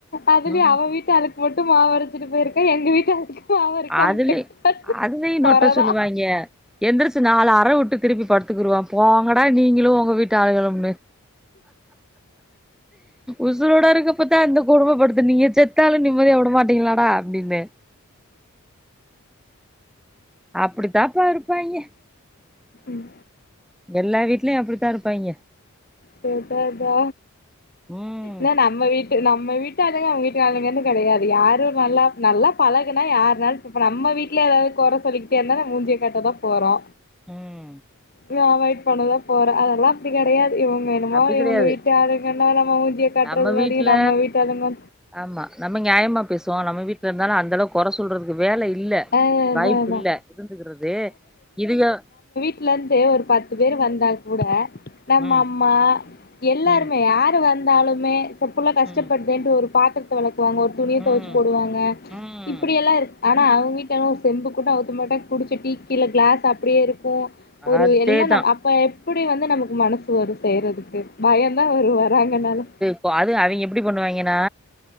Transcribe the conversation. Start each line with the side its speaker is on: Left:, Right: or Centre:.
Left: அதுலயு
Centre: ம்
Left: அவ வீட்டு ஆளுக்கு மட்டு மாவரச்சிட்டு போயிருக்க எங்க வீட்டு ஆளுக்கு மாவு அரைக்காம
Centre: அதுலய்
Left: போயிட்டா
Centre: அதுலயு நொட்ட
Left: கொறதா
Centre: சொல்லுவாய்ங்க எந்திரிச்சு நாலு அர வுட்டு திருப்பி படுத்துக்கிருவா போங்கடா நீங்களு உங்க வீட் டாளுகளும்னு உசுரோட இருக்கப்பத்தா இந்த கொடுமப்படுத்துனீங்க செத்தாலு நிம்மதியா விட மாட்டீங்ளாடா அப்டின்னு அப்பிடித்தாப்பா இருப்பாய்ங்க
Left: ம்
Centre: எல்லா வீட்லயு அப்பிடித்தா இருப்பாய்ங்க
Left: கேட்டதா
Centre: ம்
Left: ன நம்ம வீட்டு நம்ம வீட்டு ஆளுங்க அவ்ங்க வீட்டு ஆளுங்கன்னு கெடையாது யாரு நல்லா நல்லா பழகுனா யார்னால் இப்ப நம்ம வீட்ல எதாவ்து கொற சொல்லிக்கிட்டே இர்ந்தா நாம் மூஞ்சியக்காட்ட தா போறோ
Centre: ம்
Left: நா அவாய்ட் பண்ணதா போறே அதெல்லா அப்டி கெடையாது இவங்க என்னமோ
Centre: அப்டி கெடையாது
Left: இவங்க வீட்டாளுங்கன்னா நம்ம மூஞ்சிய காட்டுறது
Centre: நம்ம வீட்ல
Left: மாரி நம்ம வீட்டு ஆளுங்க
Centre: ஆமா நம்ம நியாயமா பேசுவோ நம்ம வீட்லர்ந்தாலு அந்தளவுக் கொற சொல்றதுக்கு வேல இல்ல
Left: ஆ அதா
Centre: வாய்ப்பில்ல
Left: அதா
Centre: இருந்துகிறது இதுவே
Left: வீட்லர்ந்து ஒரு பத்து பேரு வந்தா கூட நம்ம
Centre: ம்
Left: அம்மா எல்லாருமே
Centre: ம்
Left: யா ரு வந்தாலுமே செர் புள்ள கஷ்டப்படுதேன்ட்டு
Centre: ம்
Left: ஒரு பாத்தரத் த வெளக்வாங்க ஒரு துணிய
Centre: ம்
Left: தொவச்சு போடுவாங்க
Centre: ம்
Left: இப்பிடியெல்லா இருக் ஆனா அவ்ங் வீ ட்டம்மா ஒரு செம்பு கூட நவ்த்த மட்டாங் குடிச்ச டீ கீழ க்ளாஸ் அப்பிடியே இருக்கு ஒரு
Centre: அதேதா
Left: எல்லா நம் அப் ப எப்பிடி வந்து நமக்கு மனசு வரு செய்றதுக்கு பயந்தா வரு வராங்கனாலே
Centre: கு அது அவிங்க எப்பிடி பண்ணுவாய்ங்கனா